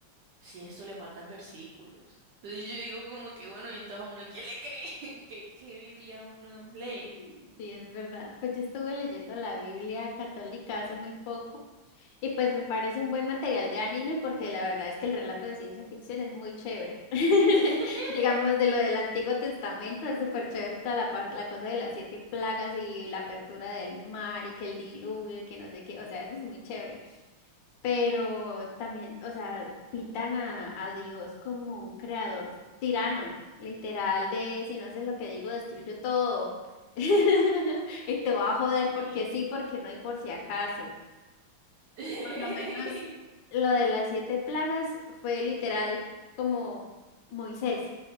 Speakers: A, on the right; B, on the left.
A: si a esto le faltan versículos. Entonces yo digo como que, bueno, y entonces a uno, ¿quién le cree? <laughs> ¿Qué, qué Biblia uno lee?
B: Sí, sí, es verdad. Pues yo estuve leyendo la Biblia católica hace muy poco y pues me parece un buen material de anime porque la verdad es que el relato de ciencia ficción es muy chévere. <laughs>
A: <laughs>
B: Digamos, de lo del Antiguo Testamento es súper chévere toda la, par- la cosa de las siete plagas y la apertura del mar y que el diluvio y que no sé qué, o sea, eso es muy chévere pero también, o sea, pintan a, a Dios como un creador tirano, literal de si no haces lo que digo, destruyo todo. <laughs> Y te va a joder
A: Sí.
B: porque sí, porque no y por si acaso.
A: <laughs>
B: Por lo menos lo de las siete plagas fue literal como Moisés,